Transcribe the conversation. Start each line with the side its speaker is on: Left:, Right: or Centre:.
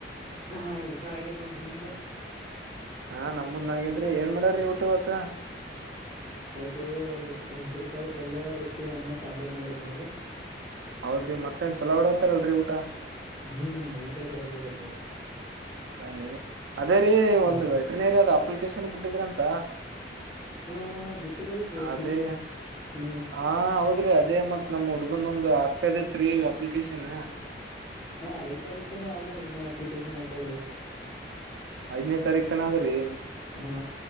Left: ಹಾ ಊಟ ಆಗ್ಯದ್ ನೋಡ್ರಿ ನಿಮ್ದು.
Right: ಹಾ ನಮ್ದಂದಾಗಿದ್ರಿ ಏನ್ ಮಾಡ್ಯಾರ್ರೀ ಊಟ ಇವತ್ತು.
Left: ಹ <unintelligible> ಇವತ್ತು ಹೆಸ್ರುಕಾಳ್ ಪಲ್ಯ ರೊಟ್ಟಿ ಅನ್ನ ಸಾಂಬಾರ್ ಮಾಡಿದ್ರ ನೋಡ್ರಿ.
Right: ಹೌದ್ರಿ ಮತ್ತೇನ್ ಚಲ ಹೊಡೋತಾರಲ್ರಿ ಊಟ.
Left: ಹ್ಮ್ ಊಟ ಸರಿಯಾಗ್ ಆಗೈತನೋಡ್ರಿ.
Right: ಸರಿ ರೀ ಅದೇ ರೀ
Left: ಹ
Right: ಒಂದು ವೆಟ್ರನೇರಿ ದ ಅಪ್ಲಿಕೇಶನ್ ಬಿಟ್ಟಿದ್ರಂತ.
Left: ಹಾ ಹಾ ಬಿಟ್ಟಿರಲ್ರಿ ಅಪ್ಲಿಕೇಶನ್
Right: ಅದೇ
Left: ಹ್ಮ್
Right: ಹಾ ಹೌದ್ರಿ ಅದೇ ಮತ್ ನಮ್ ಹುಡ್ಗಂದ ಒಂದು ಹಾಕ್ಸದಿತ್ರಿ ಅಪ್ಲಿಕೇಶನ್.
Left: ಹಾ ಐದ್ ತಾರೀಕ್ ತನ ಆದ್ ನೋಡ್ರಿ ನಾವು ಅಪ್ಲಿಕೇಶನ್ ಆಕ ಡೇಟ್.
Right: ಐದನೇ ತಾರೀಖತನ ಅದ್ರೀ ಅದ
Left: ಹಾ